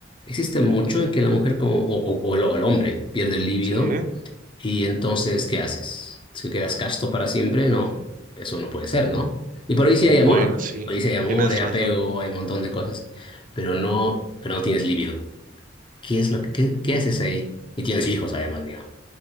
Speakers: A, on the left; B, on the right.
A: existe mucho en que la mujer como, o, o- o el o el hombre pierde el líbido
B: Sí, ¿eh?
A: y entonces, ¿qué haces? ¿Es que quedas casto para siempre? No, eso no puede ser, ¿no? Y por ahí sí
B: Bueno,
A: hay amor,
B: sí,
A: por ahí sí hay amor,
B: tienes
A: hay apego,
B: razón.
A: hay un montón de cosas, pero no, pero no tienes líbido. ¿Qué es lo que, qué, qué haces ahí? Y tienes hijos además, digamos.